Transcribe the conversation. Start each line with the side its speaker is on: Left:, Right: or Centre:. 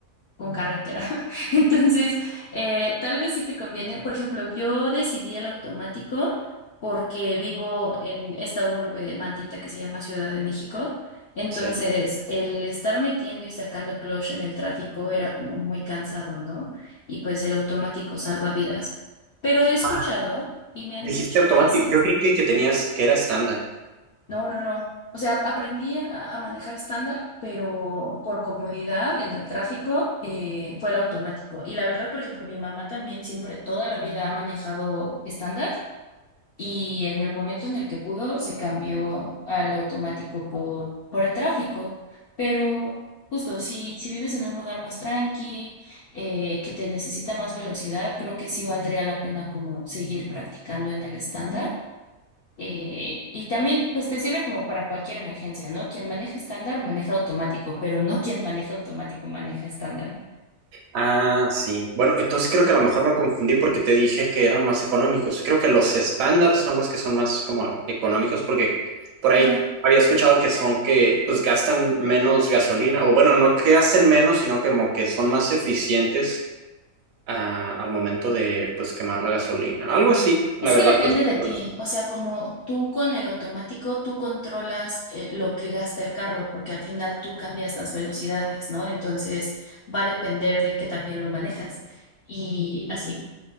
Left: con carretera. <laughs> Entonces, eh, tal vez sí te conviene. Por ejemplo, yo decidí el automático porque vivo en esta urbe maldita que se llama Ciudad de México. Entonces,
Right: sí.
Left: el estar metiendo y sacando clutch en el tráfico era como muy cansado, ¿no? Y pues el automático salva vidas. Pero he escuchado
Right: Ah,
Left: y me han
Right: dijiste
Left: dicho
Right: automático,
Left: que sí.
Right: yo creí que, que tenías que era estándar.
Left: No, no, no. O sea, aprendí a, a manejar estándar, pero por comodidad en el tráfico eh, fue el automático. Y la verdad, por ejemplo, mi mamá también siempre toda la vida ha manejado estándar y en el momento en el que pudo se cambió al automático por, por el tráfico. Pero justo, si, si vives en un lugar más tranqui, eh, que te necesita más velocidad, creo que sí valdría la pena como seguir practicando en el estándar eh, y también, pues te sirve como para cualquier emergencia, ¿no? Quien maneja estándar maneja automático, pero no quien maneja automático maneja estándar.
Right: Ah, sí. Bueno, entonces creo que a lo mejor me confundí porque te dije que eran más económicos. Creo que los estándar son los que son más como económicos porque por ahí
Left: Ujú.
Right: había escuchado que son que pues gastan menos gasolina o bueno, no que gasten menos, sino como que son más eficientes ah, al momento de pues quemar la gasolina. Algo así, la
Left: Es
Right: verdad,
Left: que depende
Right: pues.
Left: de ti,
Right: no
Left: o sea, como tú con el automático, tú controlas eh, lo que gasta el carro, porque al final tú cambias las velocidades, ¿no? Entonces va a depender de que también lo manejas y así.